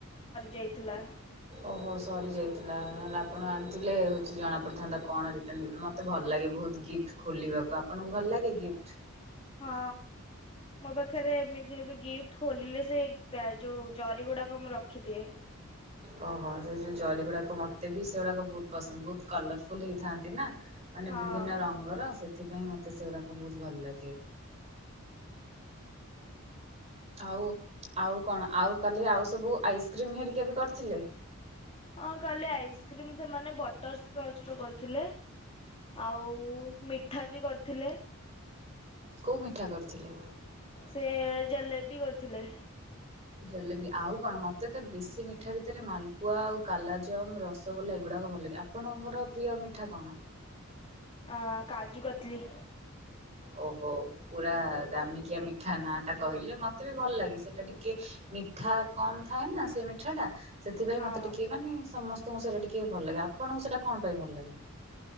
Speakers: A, on the left; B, on the right.
A: ଯାଇଥିଲା।
B: ଓହୋ ସରି ଯାଇଥିଲା। ଆପଣ ଆଣିଥିଲେ ହଉଛି ଜଣା ପଡିଥାନ୍ତା କଣ ରିଟର୍ନ ଗିଫ୍ଟ ମତେ ଭଲଲାଗେ ବୋହୁତ ଗିଫ୍ଟ ଖୋଲିବାକୁ ଆପଣଙ୍କୁ ଭଲ ଲାଗେ ଗିଫ୍ଟ
A: ହଁ ମୋ ପାଖରେ ଏମିତିରେ ବି ଗିଫ୍ଟ ଖୋଲିଲେ ସେ ଯୋଉ ଜରି ଗୁଡାକ ମୁଁ ରଖିଦିଏ।
B: ଓହୋ ସେ ଯୋଉ ଜରି ଗୁଡାକ ମତେ ବି ସେଗୁଡାକ ବହୁତ ପସନ୍ଦ ବହୁତ କଲରଫୁଲ ହେଇଥାନ୍ତି ନା। ମାନେ
A: ହଁ
B: ବିଭିନ୍ନ ରଙ୍ଗର ଆସେ। ସେଥିପାଇଁ ମତେ ସେଗୁଡାକ ବହୁତ ଭଲ ଲାଗେ। ଆଉ ଆଉ କଣ ଆଉ କାଲି ଆଉ ସବୁ ଆଇସ୍କ୍ରିମ ହେରିକି ବି କରିଥିଲେ।
A: ହଁ କାଲି ଆଇସ୍କ୍ରିମ ସେମାନେ ବଟର ସ୍କଚ୍ ରୁ କରିଥିଲେ ଆଉ ମିଠା ବି କରିଥିଲେ।
B: କୋଉ ମିଠା କରିଥିଲେ।
A: ସେ ଜାଲେବି କରୁଥିଲେ।
B: ଜଲେବି ଆଉ କଣ ମତେ ତ ବେଶୀ ମିଠା ଭିତରେ ମାଲପୁଆ ଆଉ କାଲାଜମ ରସଗୋଲା ଏଇଗୁଡାକ ଭଲ ଲାଗେ ଆପଣଙ୍କର ପ୍ରିୟ ମିଠା କଣ?
A: ଆ କାଜୁ କତଲି
B: ଓ ହୋ ପୁରା ଦାମିକିଆ ମିଠା ନା ଟା କହିଲେ ମତେ ବି ଭଲ ଲାଗେ ସେଟା ଟିକେ ମିଠା କମ ଥାଏ ନା ସେ ମିଠା ଟା ସେଥିପାଇଁ
A: ହଁ
B: ମତେ ଟିକେ ମାନେ ସମସ ତ ସେଇଟା ଟିକେ ଭଲ ଲାଗେ ଆପଣଙ୍କୁ ସେଇଟା କଣ ପାଇଁ ଭଲ ଲାଗେ?